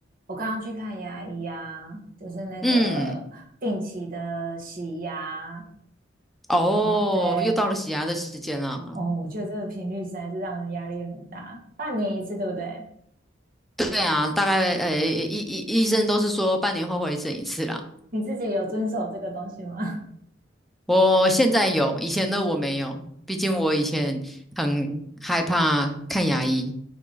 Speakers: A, on the right; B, in the centre.
A: 我刚刚去看牙医啊，就是那个定期的洗牙
B: 嗯，哦，
A: 啊，对，
B: 又到了洗牙的时间了。
A: 哦，我觉得这个频率实在是让人压力很大，半年一次，对不对？
B: 对啊，大概呃，医医医生都是说半年后回诊一次啦。
A: 你自己有遵守这个东西吗？
B: 我现在有，以前的我没有，毕竟我以前很害怕看牙医。